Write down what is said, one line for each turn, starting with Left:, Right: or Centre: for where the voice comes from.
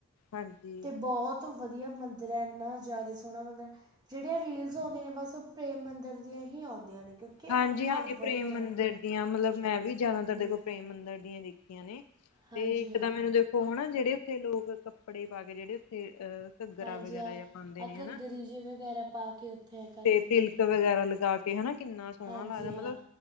Left: ਹਾਂਜੀ
Right: ਤੇ ਬਹੁਤ ਵਧੀਆ ਮੰਦਿਰ ਐ ਇੰਨਾ ਜ਼ਿਆਦਾ ਸੋਹਣਾ ਮੰਦਅ ਜਿਹੜੀਆਂ ਰੀਲਸ ਆਉਂਦੀਆਂ ਨੇ ਬਸ ਉਹ ਪ੍ਰੇਮ ਮੰਦਿਰ ਦੀਆਂ ਹੀ ਆਉਂਦੀਆਂ ਨੇ ਕਿਉਂਕਿ
Left: ਹਾਂਜੀ-ਹਾਂਜੀ
Right: ਇੰਨਾ ਵਧੀਆ
Left: ਪ੍ਰੇਮ
Right: ਬਣਿਆ
Left: ਮੰਦਿਰ
Right: ਹੈ।
Left: ਦੀਆਂ ਮਤਲਬ ਮੈਂ ਵੀ ਜਿਆਦਾਤਰ
Right: ਹੂੰ
Left: ਦੇਖੋ ਪ੍ਰੇਮ ਮੰਦਰ ਦੀਆਂ ਦੇਖੀਆਂ ਨੇ
Right: ਹਾਂਜੀ
Left: ਤੇ ਇੱਕ
Right: ਹਾਂ
Left: ਤਾਂ ਮੈਨੂੰ ਦੇਖੋ ਹਨਾ ਜ ਜਿਹੜੇ ਉੱਥੇ ਲੋਕ ਕੱਪੜੇ ਪਾ ਕੇ ਜਿਹੜੇ ਉੱਥੇ ਅਹ ਘੱਗਰਾ
Right: ਹਾਂਜੀ
Left: ਵਗੈਰਾ
Right: ਹਾਂ
Left: ਜਾਂ ਪਾਂਦੇ
Right: ਆਹ
Left: ਨੇ
Right: ਘੱਗਰੀ
Left: ਹਨਾ,
Right: ਜਿਹੇ ਵਗੈਰਾ ਪਾ ਕੇ ਉੱਥੇ ਐਂ ਕਰ
Left: ਤੇ
Right: ਦਿੰਦੇ
Left: ਤਿਲਕ
Right: ਨੇ
Left: ਵਗੈਰਾ ਲਗਾ ਕੇ ਤੇ ਹਨਾ ਕਿੰਨਾ ਸੋਹਣਾ
Right: ਹਾਂਜੀ
Left: ਲੱਗਦਾ
Right: ਹਾਂ
Left: ਮਤਲਬ